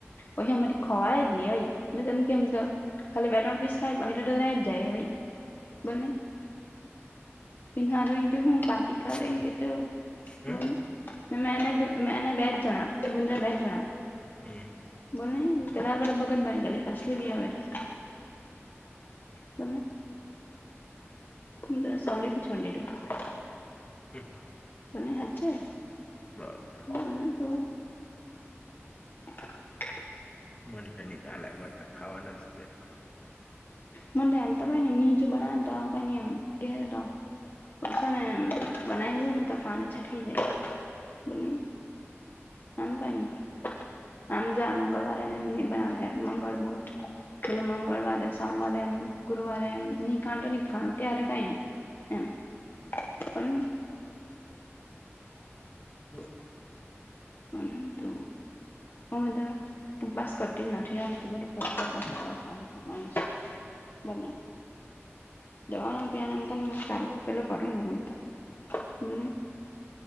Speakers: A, on the left; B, on the left.
A: પૈસા મારી ખવાય જ નહી અય મે તને કેમતો ખાલી બેટન પીસ ખાય બહિરા ડઢોર જાય હોઈ બને એન્હ એ હું પાટિક
B: બોલ
A: એનકે તોું
B: હમ
A: બો મે એને મેને બે જ જણા ગુંજા બે જ જણા
B: હમ
A: બોલ ત્યારે બ બગટ બની ગ કસલી બી આવેવેરા બ તો સૌળ ભી છોડી દીધું.
B: હમ
A: તને યાદ છે.
B: બાર જાવ
A: બને તો હ
B: મન તો ની ચાલે મન તો ખાવાનું જ જોયે.
A: મને એમ તો કઈ ની બીજું બનાવે તો આપે ની એમ ઘેર તો છે ને આમ બનાઈ હુઈ ને તો પાણી છટી જાય બોલ આમ કઈ નહી આમ જો આ મંગળવારે ને એમ ની બનાવે મંગળ બુદ્ધ પેલા મંગળવારે સોમવારે એમ ગુરુવારે એમ નહી ખાનું ની ચાલે ત્યારે કઈ એમ પણ
B: બ
A: પણ તો હું વધાર ઉપવાસ કરતી નથી, હવે તો બધું પડતું કર દેવાનું આવે બને દવા નુ પેન આમ ચાલુ પેલું કરું ને આમ તો બને